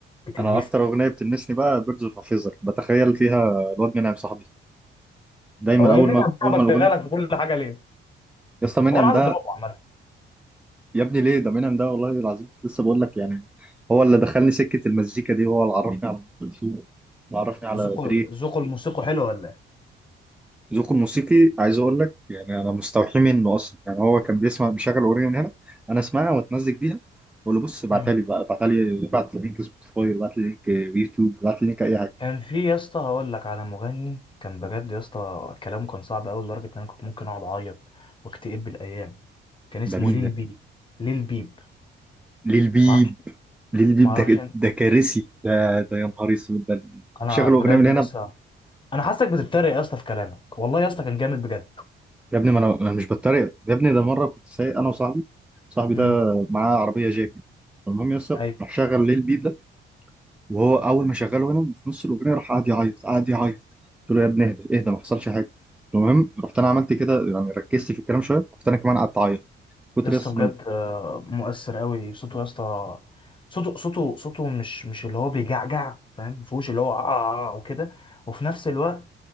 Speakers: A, on the left; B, in the centre.
A: بتلمسني
B: انا اكتر اغنيه بتلمسني بقى بيردز اوف فيزر بتخيل فيها الواد منعم صاحبي دايما
A: هو
B: اول
A: ايه مين
B: ما
A: اللي عم صاحبك
B: اول ما الاغنيه
A: تغلط في كل حاجه ليه
B: يا اسطى منعم
A: هو انا عايز
B: ده
A: اضربه عامه
B: يا ابني ليه ده منعم ده والله العظيم كنت لسه بقول لك يعني هو اللي دخلني سكه المزيكا دي هو اللي عرفني على ام كلثوم اللي عرفني على
A: ذوقه
B: دري
A: ذوقه الموسيقى حلو ولا ايه
B: ذوقه الموسيقي عايز اقول لك يعني انا مستوحي منه اصلا يعني هو كان بيسمع بيشغل اغنيه من هنا انا اسمعها واتمزج بيها بقول له بص ابعتها
A: مم.
B: لي بقى ابعتها لي ابعت لي لينك سبوتيفاي ابعت لي لينك يوتيوب ابعت لي لينك اي حاجه
A: كان في يا اسطى هقول لك على مغني كان بجد يا اسطى كلامه كان صعب قوي لدرجه ان انا كنت ممكن اقعد اعيط واكتئب بالايام كان اسمه
B: ده مين
A: ليل
B: ده
A: بيب ليل بيب
B: للبيب
A: ما اعرفش
B: للبيب
A: ما اعرفش
B: ده
A: إن-
B: ده كارثي ده ده يا نهار اسود ده كنت
A: انا
B: شغال
A: بجد
B: اغنيه من هنا
A: يا اسطى انا حاسسك بتتريق يا اسطى في كلامك والله يا اسطى كان جامد بجد
B: يا ابني ما انا أنا مش بتريق يا ابني ده مره كنت سايق انا وصاحبي صاحبي ده
A: امم
B: معاه عربيه جاك المهم يس راح
A: ايوه
B: شغل للبيب ده وهو اول ما شغله هنا في نص الاغنيه راح قعد يعيط قعد يعيط قلت له يا ابني اهدى اهدى ما حصلش حاجه المهم رحت انا عملت كده يعني ركزت في الكلام شويه رحت انا كمان قعدت اعيط كتر
A: يا اسطى
B: يس
A: بجد
B: من
A: آه، مؤثر قوي صوته يا اسطى صوته صوته صوته مش مش اللي هو بيجعجع فاهم مفهوش اللي هو آه آه آه وكده وفي نفس الوقت